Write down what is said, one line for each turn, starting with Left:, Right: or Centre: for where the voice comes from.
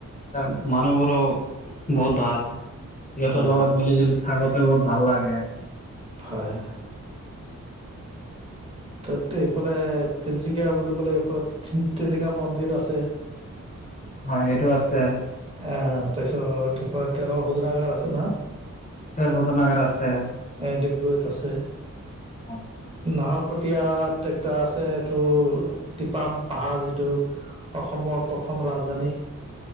Left: তাৰ মানুহবোৰো বহুত ভাল, সিহঁতৰ
Right: হয় হয়
Left: লগত মিলি-জুলি থাকোঁতে বহুত ভাল লাগে।
Right: হয়, হয়। ত এইফালে তিনিচুকীয়া বুলি ক'লে এইফালে টিলিঙা মন্দিৰ আছে।
Left: হয় সেইটো আছে।
Right: অ', তাৰপিছত তেলৰ শোধনাগাৰ আছে ন?
Left: তেল শোধনাগাৰ আছে।
Right: এ ডিব্ৰগড়ত আছে।
Left: অ,
Right: নাহৰকটীয়া, ট্ৰেক্টাৰ আছে এইটো টিপাম পাহাৰ যিটো অসমৰ প্ৰথম ৰাজধানী।